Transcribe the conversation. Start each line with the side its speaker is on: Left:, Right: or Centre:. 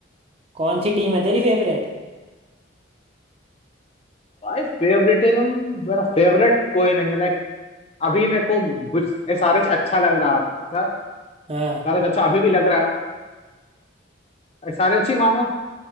Right: कौन सी टीम है तेरी फेवरेट
Left: भाई फेवरेटिज्म मेरा फेवरेट कोई नहीं है लाइक अभी मेरे को गुज- एसआरएच अच्छा लग रहा था एसआरएच
Right: हाँ
Left: अच्छा अभी भी लग रहा है एसआरएच ही मानो